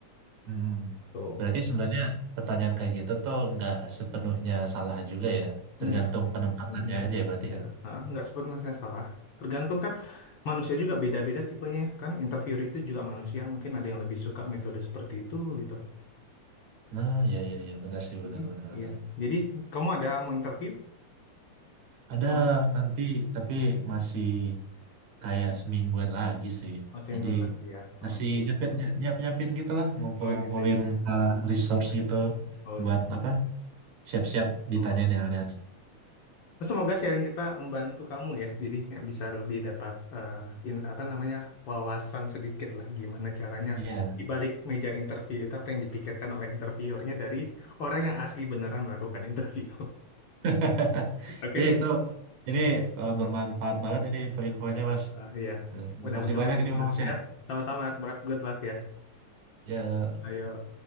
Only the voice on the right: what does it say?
Hmm.
Berarti sebenarnya pertanyaan kayak gitu tuh nggak sepenuhnya salah juga ya. Tergantung
penempatannya
aja ya berarti
ya.
Nah, ya ya ya benar sih benar
benar benar.
Ada
nanti, tapi masih kayak semingguan lagi sih.
Jadi
masih nyepet nyiap nyiapin gitu lah, ngumpul
ngumpulin
uh, resource gitu
buat
apa? Siap-siap ditanyain
yang aneh-aneh.
<laughs> Iya.
<laughs>
Iya, itu ini uh, bermanfaat banget ini info-infonya
Mas.
Eh,
Makasih banyak
ini Mas ya.
<laughs> Ya.